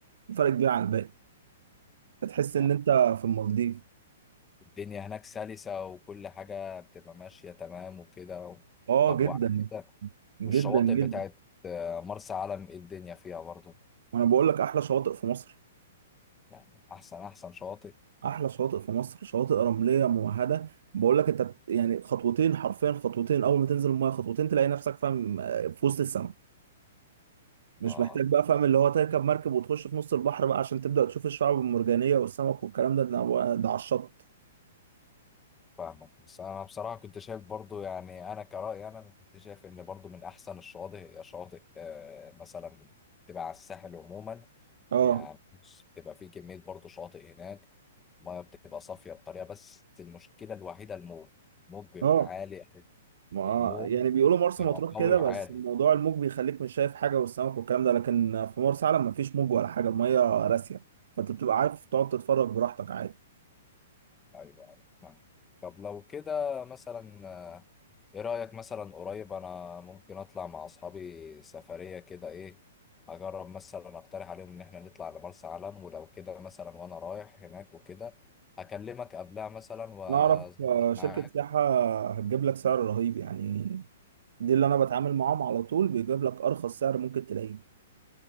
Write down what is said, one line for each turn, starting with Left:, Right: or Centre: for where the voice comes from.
Right: فرق كبير عن الباقي هتحس
Left: يعني
Right: إن أنت في المالديف
Left: الدنيا هناك سلسه وكل حاجه بتبقى ماشيه تمام وكده و...
Right: آه
Left: طب
Right: جدا
Left: وعلى كده
Right: جدا
Left: والشواطئ
Right: جدا
Left: بتاعت آه، مرسى علم إيه الدنيا فيها برضو
Right: وأنا بقول لك أحلى شواطئ في مصر
Left: يعني احسن احسن شواطئ
Right: أحلى شواطئ في مصر شواطئ رملية ممهدة بقول لك أنت يعني خطوتين حرفيا خطوتين أول ما تنزل المية خطوتين تلاقي نفسك فاهم آه، في وسط السماء مش
Left: اه
Right: محتاج بقى فاهم اللي هو تركب مركب وتخش في نص البحر بقى عشان تبدأ تشوف الشعاب المرجانية والسمك والكلام ده ده ده على الشط
Left: فاهمك بس انا بصراحه كنت شايف برضو يعني انا كرأي انا كنت شايف ان برضو من احسن الشواطئ هي شواطئ آه، مثلا تبقى على الساحل عموما
Right: اه
Left: يعني بص، بتبقى في كميه برضو شواطئ هناك الميه بتبقى صافيه بطريقه بس المشكله الوحيده الموج الموج بيبقى
Right: اه
Left: عالي
Right: ما
Left: الموج
Right: يعني بيقولوا مرسى
Left: بيبقى
Right: مطروح كده
Left: قوي وعالي
Right: بس موضوع الموج بيخليك مش شايف حاجة والسمك والكلام ده لكن في مرسى علم مفيش موج ولا حاجة المية راسية فانت بتبقى عارف تقعد تتفرج براحتك عادي
Left: ايوه ايوه فاهم طب لو كده مثلا آه، ايه رأيك مثلا قريب انا ممكن اطلع مع اصحابي سفرية كده ايه اجرب مثلا اقترح عليهم ان احنا نطلع لمرسى علم ولو كده مثلا وانا رايح هناك وكده اكلمك قبلها مثلا واظبط
Right: انا اعرف آه،
Left: معاك
Right: شركة سياحة هتجيب لك سعر رهيب يعني دي اللي انا بتعامل معاهم على طول بيجيب لك ارخص سعر ممكن تلاقيه